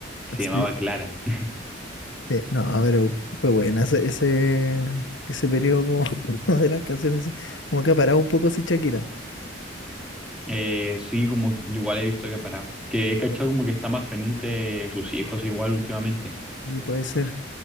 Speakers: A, in the centre; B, on the left.
A: Se
B: Sí,
A: llamaba Clara. <laughs>
B: sí. No, pero fue buena ese, ese, ese periodo como <laughs> de las canciones así. Como que ha parado un poco si Shakira.
A: Eh, sí, como que igual he visto que ha parado. Que he cachado como que está más pendiente de sus hijos igual últimamente.
B: Y puede ser.